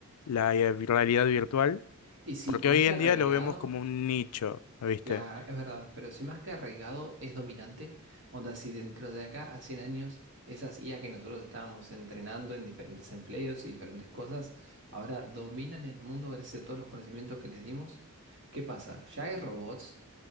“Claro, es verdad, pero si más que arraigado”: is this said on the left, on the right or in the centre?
Right